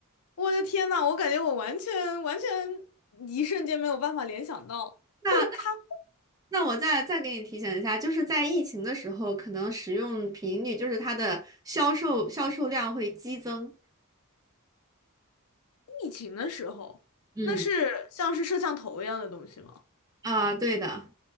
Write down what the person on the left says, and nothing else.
我的天呐，我感觉我完全完全一瞬间没有办法联想到会看
疫情的时候，
那是像是摄像头一样的东西吗？